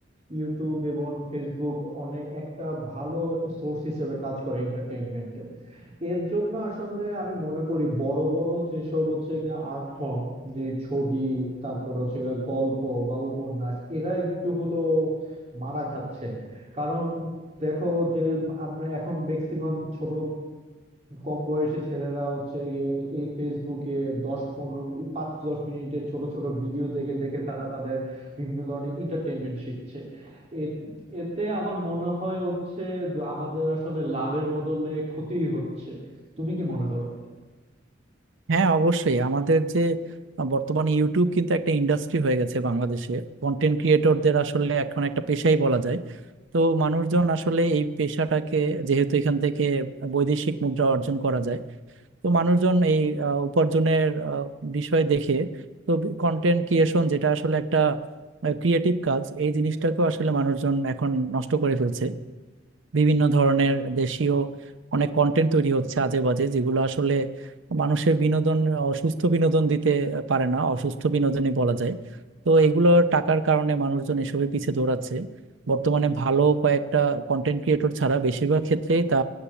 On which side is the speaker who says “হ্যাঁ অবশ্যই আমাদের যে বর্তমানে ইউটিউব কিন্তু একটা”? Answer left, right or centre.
Right